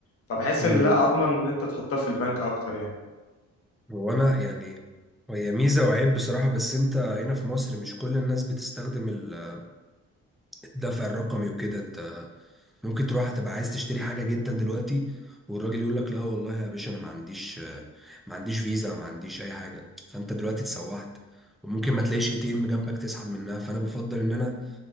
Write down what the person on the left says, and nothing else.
فبحس
ان لا اضمن ان انت تحطها في البنك اكتر يعني